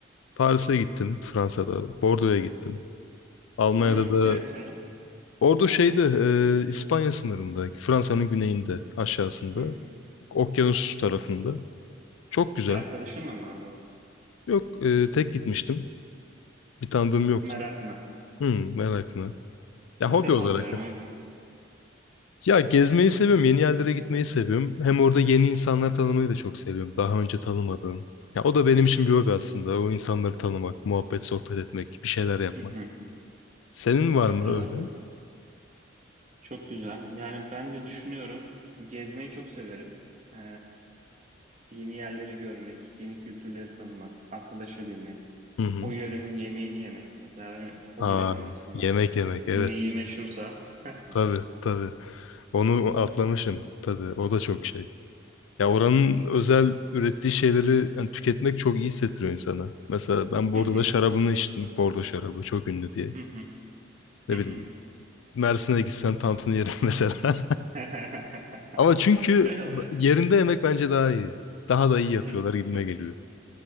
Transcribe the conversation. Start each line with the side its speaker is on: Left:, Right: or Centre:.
Left: Paris'e gittim, Fransa'da, Bordo'ya gittim. Almanya'da
Right: Hmm,
Left: da
Right: neresi orası?
Left: Ordu şeyde, e, İspanya sınırında, Fransa'nın güneyinde, aşağısında.
Right: Hmm.
Left: Okyanus tarafında. Çok güzel.
Right: Bir arkadaşın mı vardı orada?
Left: Yok e, tek gitmiştim. Bir tanıdığım yoktu.
Right: Merakına.
Left: Hmm, merakına. Ya
Right: İlk
Left: hobi
Right: defa
Left: olarak.
Right: duyuyorum o yüzden.
Left: Ya gezmeyi seviyorum. Yeni yerlere gitmeyi seviyorum. Hem orada yeni insanlar tanımayı da çok seviyorum. Daha önce tanımadığım. Ya o da benim için bir hobi aslında. O insanları tanımak, muhabbet, sohbet etmek, bir şeyler yapmak.
Right: Hı hı.
Left: Senin var
Right: Çok
Left: mı
Right: güzel.
Left: öyle?
Right: Çok güzel. Yani ben de düşünüyorum. Gezmeyi çok severim. Ee, yeni yerleri görmek, yeni kültürleri tanımak, arkadaş edinmek,
Left: Hı hı.
Right: o yörenin yemeğini yemek. Mesela benim hobilerim
Left: Aa,
Right: arasında.
Left: yemek yemek evet.
Right: Neyi meşhursa. <laughs>
Left: Tabii tabii. Onu atlamışım. Tabii o da çok şey. Ya oranın özel ürettiği şeyleri yani tüketmek çok iyi hissettiriyor insana. Mesela ben Bordo'da
Right: Hı hı,
Left: şarabını içtim. Bordo şarabı çok ünlü diye.
Right: hı hı,
Left: Ne
Right: hı
Left: bileyim
Right: hı.
Left: Mersin'e gitsem tantını yerim <laughs> mesela.
Right: <laughs>
Left: Ama çünkü
Right: Öyle oluyor.
Left: yerinde yemek bence daha iyi. Daha da iyi yapıyorlar
Right: Kesinlikle.
Left: gibime geliyor.